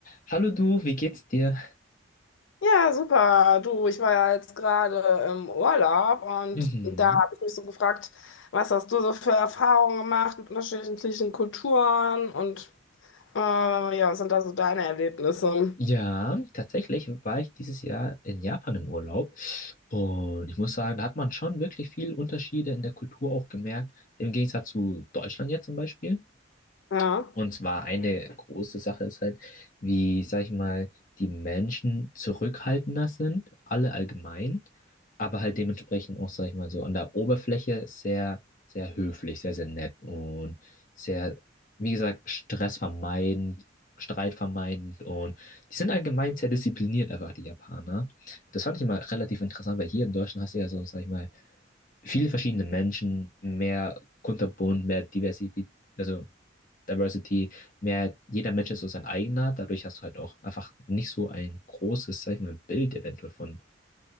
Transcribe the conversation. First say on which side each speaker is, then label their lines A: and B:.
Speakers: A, on the left (about 45°); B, on the left (about 85°).
A: Hallo du, wie geht's dir?
B: Ja, super. Du, ich war ja jetzt gerade im Urlaub und
A: Mhm.
B: da habe ich mich so gefragt, was hast du so für Erfahrungen gemacht mit unterschiedlichen Kulturen und äh, ja, was sind da so deine Erlebnisse?
A: Ja, tatsächlich war ich dieses Jahr in Japan im Urlaub und ich muss sagen, da hat man schon wirklich viel Unterschiede in der Kultur auch gemerkt, im Gegensatz zu Deutschland jetzt zum Beispiel.
B: Ja,
A: Und zwar eine große Sache ist halt, wie, sag ich mal, die Menschen zurückhaltender sind, alle allgemein, aber halt dementsprechend auch, sag ich mal, so an der Oberfläche sehr, sehr höflich, sehr, sehr nett und sehr, wie gesagt, stressvermeidend, streitvermeidend und die sind allgemein sehr diszipliniert, einfach die Japaner. Das fand ich immer relativ interessant, weil hier in Deutschland hast du ja so, sag ich mal, viele verschiedene Menschen, mehr kunterbunt, mehr Diversität, also Diversity, mehr jeder Mensch ist so sein eigener. Dadurch hast du halt auch einfach nicht so ein großes, sag ich mal, Bild eventuell von